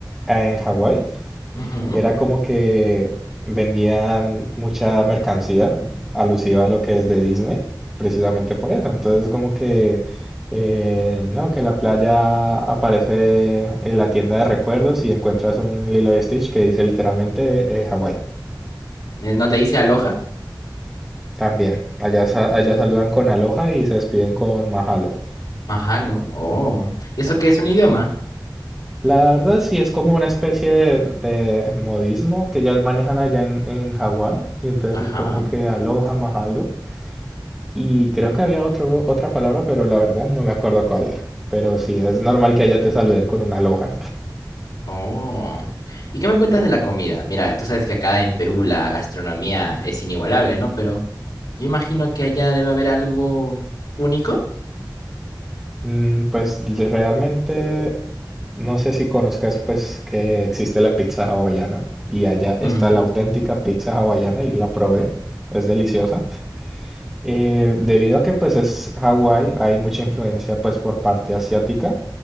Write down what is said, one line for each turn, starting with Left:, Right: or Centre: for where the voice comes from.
Centre: eh, en Hawái
Left: Ujú.
Centre: era como que vendían mucha mercancía alusiva a lo que es de Disney, precisamente por eso. Entonces, como que, eh, no, que la playa aparece en la tienda de recuerdos y encuentras un Lilo y Stitch que dice literalmente eh, Hawái.
Left: Eh, ¿No te dice aloja?
Centre: También, allá, sa- allá saludan con aloha y se despiden con mahalo.
Left: Mahalo. Oh. ¿Y eso qué es un idioma?
Centre: La verdad sí es como una especie de, de modismo que ya manejan allá en, en Hawái y entonces
Left: Ajá.
Centre: es como que aloha, mahalo y creo que había otro, otra palabra pero la verdad no me acuerdo cuál era. Pero sí, es normal que allá te saluden con una aloha.
Left: Oh. ¿Y qué me cuentas de la comida? Mira, tú sabes que acá en Perú la gastronomía es inigualable, ¿no? Pero yo imagino que allá debe haber algo único.
Centre: Mm, pues realmente no sé si conozcas pues que existe la pizza hawaiana y allá
Left: <laughs>
Centre: está la auténtica pizza hawaiana y la probé, es deliciosa. Eh, debido a que pues es Hawái, hay mucha influencia pues por parte asiática,